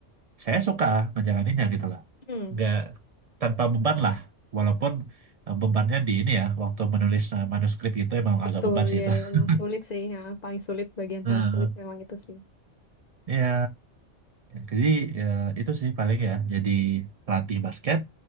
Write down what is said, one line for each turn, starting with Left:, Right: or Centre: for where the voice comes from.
Right: saya suka ngejalaninnya gitu loh.
Left: hmm
Right: Nggak tanpa beban lah, walaupun eh, bebannya di ini ya, waktu menulis eh, manuskrip itu emang
Left: betul
Right: agak beban sih
Left: ya
Right: itu.
Left: emang
Right: <laughs>
Left: sulit sih ya paling sulit bagian
Right: Nah,
Left: paling sulit memang itu sih
Right: Iya. Jadi ya, itu sih paling ya jadi pelatih basket